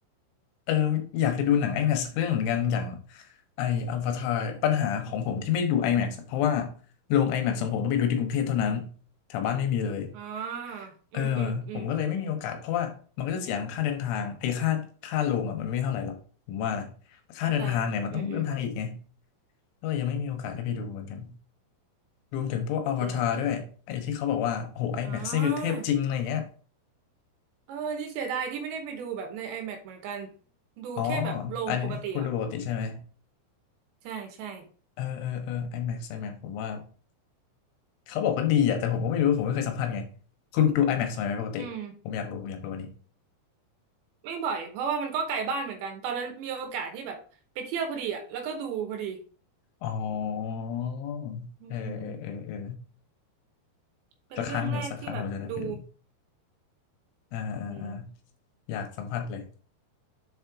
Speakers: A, on the left (about 80°); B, on the right (about 75°).
A: เอออยากจะดูหนัง IMAX สักเรื่องเหมือนกันอย่างไออวตารปัญหาของผมที่ไม่ได้ดู IMAX อะเพราะว่าโรง IMAX ของผมต้องไปดูที่กรุงเทพเท่านั้นแถวบ้านไม่มีเลย
B: อ่า
A: เออ
B: อืมอืมอืม
A: ผมก็เลยไม่มีโอกาสเพราะว่ามันก็จะเสียค่าเดินทางไอ้ค่าค่าโรงอ่ะมันไม่เท่าไหร่หรอกผมว่านะค่าเดินทางเนี่ยมันต้องเดินทางอีกไง
B: ใช่ อืมอืม
A: ก็เลยยังไม่มีโอกาสได้ไปดูเหมือนกันรวมถึงพวกอวตารด้วยไอ้ที่เขาบอกว่าโอ้โห
B: เปลือก
A: IMAX
B: อ่
A: นี่คือเทพจริงอะไรเงี้ย
B: าเออนี่เสียดายที่ไม่ได้ไปดูแบบใน IMAX เหมือนกัน ดูแค่แบบโรงปกติอ่ะ
A: อ๋ออันนี้คุณดูปกติใช่ไหม
B: ใช่ใช่
A: เออเออเออ IMAX IMAX ผมว่า เขาบอกว่าดีอ่ะแต่ผมก็ไม่รู้ผมไม่เคยสัมผัสไงคุณดู IMAX ไหมปกติผมอยากรู้ผมอยากรู้อันนี้
B: อืมไม่บ่อยเพราะว่ามันก็ไกลบ้านเหมือนกัน ตอนนั้นมีโอกาสที่แบบไปเที่ยวพอดีอ่ะแล้วก็ดูพอดี
A: อ๋อ
B: อืม
A: เออเออเออเออ
B: เป็นเรื่องแรกที่แบบดู
A: สักครั้งเดี๋ยวสักครั้งผมจะได้ไปดูอ่าอ่าอ่า
B: อืม
A: อยากสัมผัสเลย